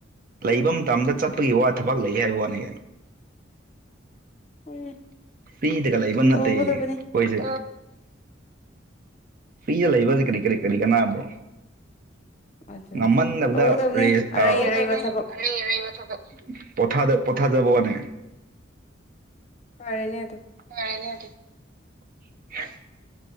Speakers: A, on the right (about 45°); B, on the left (about 35°).
A: ꯂꯩꯕ ꯃꯇꯝꯗ ꯆꯠꯄꯒꯤ ꯋꯥ ꯊꯕꯛ ꯂꯩꯌꯦ ꯍꯥꯏꯕ ꯋꯥꯅꯤ
B: ꯎꯝ
A: ꯐꯔꯤꯗꯒꯥ ꯂꯩꯕ ꯅꯠꯇꯦ
B: ꯇꯧꯒꯗꯕꯅꯤ
A: ꯈꯣꯏꯁꯦ ꯐꯔꯤꯗ ꯂꯩꯕꯁꯦ ꯀꯔꯤ ꯀꯔꯤ ꯀꯔꯤ ꯀꯅꯥꯕ꯭ꯔꯣ <unintelligible>
B: ꯑꯗꯨꯅꯤ ꯇꯧꯒꯗꯕꯅꯤ ꯑꯔꯩ ꯑꯔꯩꯕ ꯊꯕꯛ
A: ꯄꯣꯊꯥ ꯄꯣꯊꯥꯗꯕ ꯋꯥꯅꯦ
B: ꯐꯔꯦꯅꯦ ꯑꯗꯨ
A: <unintelligible>